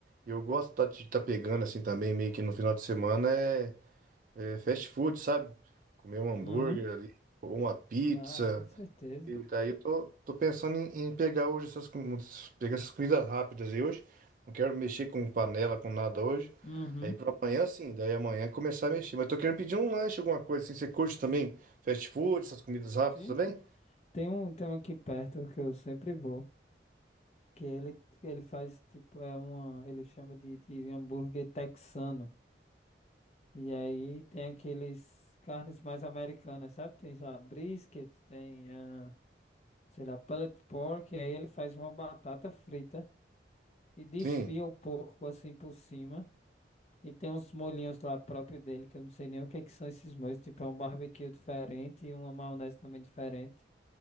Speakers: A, on the right; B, on the left.
A: Eu gosto tá- de estar pegando assim também, meio que no final de semana é, é fast food, sabe? Comer um hambúrguer
B: Uhum.
A: ali, ou uma pizza.
B: Ah, com certeza.
A: E daí eu tô, tô pensando em, em pegar hoje essas, com- pegar essas comidas rápidas aí hoje. Não quero mexer com panela, com nada hoje.
B: Uhum.
A: Aí pra amanhã sim, daí amanhã começar a mexer. Mas tô querendo pedir um lanche, alguma coisa assim. Você curte também fast food, essas comidas rápidas
B: Sim,
A: também?
B: sim. Tem um, tem um aqui perto que eu sempre vou, que ele, ele faz tipo, é uma, ele chama de, de hambúrguer texano. E aí tem aqueles carnes mais americanas, sabe? Tem, sei lá, brisket, tem, ah, sei lá, pulled pork, e aí ele faz uma batata frita. e desfia
A: Sim.
B: o porco assim por cima. E tem uns molhinhos lá próprio dele, que eu não sei nem o que é que são esses molhos. Tipo, é um barbecue diferente e uma maionese também diferente.